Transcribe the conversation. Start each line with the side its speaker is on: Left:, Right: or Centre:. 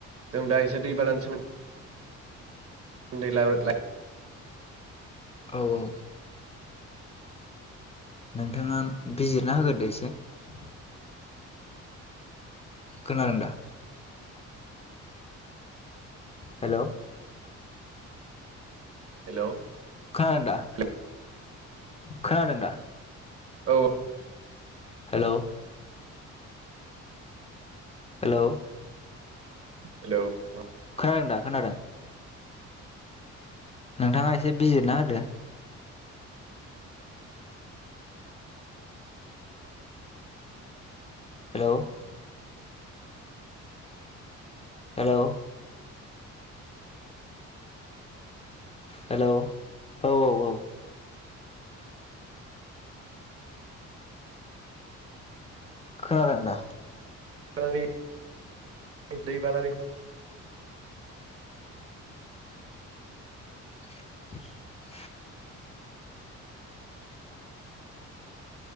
Right: जों दा एसे दै बानानि सोमो ए ला ला <unintelligible>
Left: औ औ नोंथाङा बिजिरना होगोरदो एसे । खोनादों दा? हेलौ
Right: हेलौ
Left: खोनादों दा
Right: <unintelligible>
Left: खोनादों दा?
Right: औ
Left: हेलौ हेलौ
Right: हेलौ अ
Left: खोनादों दा खोनादों नोंथाङा एसे बिजिरना होदो हेलौ हेलौ हेलौ औ औ औ खोनादों दा?
Right: <inaudible> दैबानानि
Left: <inaudible>